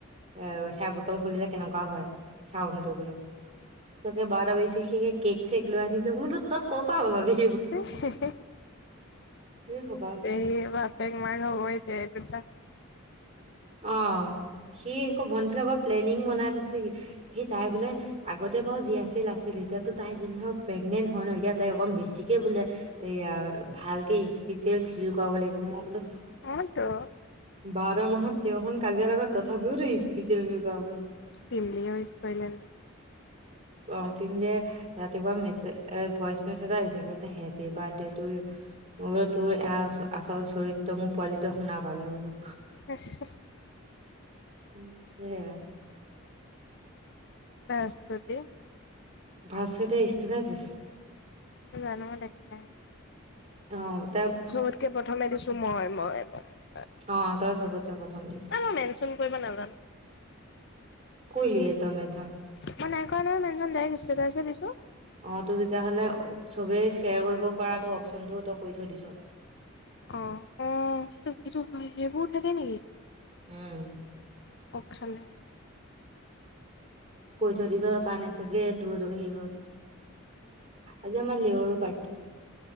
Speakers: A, on the right; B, on the left.
A: এ সেয়া বটল খুলিলে কেনেকুৱা হয় চাউনটো বোলো চকে বাৰ বেছেখে কেক চেক লোৱানিছে মোৰত তই ক' পাব লাগে
B: উ হো
A: এই সোপা
B: এই বাপেক মাৰ হ'বই এই দুটা
A: অ সি আকৌ ভন্টি লগত প্লেনিং বনাই থৈছে কি সি তাই বোলে আগতে বাৰু যি আছিল আছিল এতিয়াতো তাই যি নহক প্ৰেগনেন্ট হয় ন এতিয়া তাই অকম বেছিকে বোলে এইয়া ভালকে স্পেচিয়েল ফিল কৰাব লাগিব মই বোলে
B: অওতো
A: বাৰটা মাহত তেৰখন কাজিয়া লাগ তথাপিওতো স্পেচিয়েল বুলি কৰ বুলি
B: পিমলিঅ ইছ পাইলেে
A: অ পিমলিৱে ৰাতিপুৱা মেছে ভইচ মেছেজ এটা দিছে কৈছে হেপি বাৰ্থডে তু ইউ মই বোলো তোৰ এয়া আচল চৰিত্ৰ মোৰ পোৱালিটোৱে শুনা পালে বোলো
B: মেঢেচ
A: উ এয়া
B: বেছ তাতে
A: ভাঢতে ই্ঢতেতাচ দিছে
B: জান ম দেখে
A: অত
B: চবতকে প্ৰথমে দিছো মই হয় এবাৰ
A: অ তই চবতচে প্ৰথম দিছ
B: মই মেনচন কৰিব নাজানো।
A: কইলিৱে তই মেনচন
B: মই নাই কৰা নয় মেনচন ডাইৰেক্ ষ্টেটাছে দিছো
A: অ তু তেতিয়াহলে চবেই শ্বেয়াৰ কৰিব পৰাতো অপচনটো তই কৰি থৈ দিছ
B: অ' অ সেইটো সেইটো হয় সেইবোৰ থাকে নেকি?
A: উম
B: অ খালে
A: সুধিচ কানে চাগে দূৰদৰ্শী হল আজি আমাৰ লেউত' বাৰ্থডে